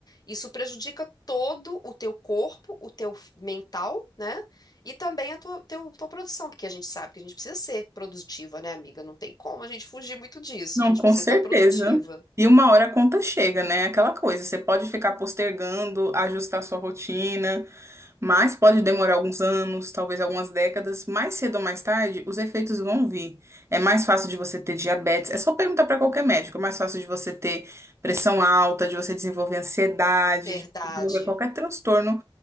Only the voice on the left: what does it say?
isso prejudica todo o teu corpo, o teu mental, né? E também a tua, teu, tua produção, porque a gente sabe que a gente precisa ser produtiva, né, amiga? Não tem como a gente fugir muito disso.
A gente
precisa
estar produtiva.
Verdade.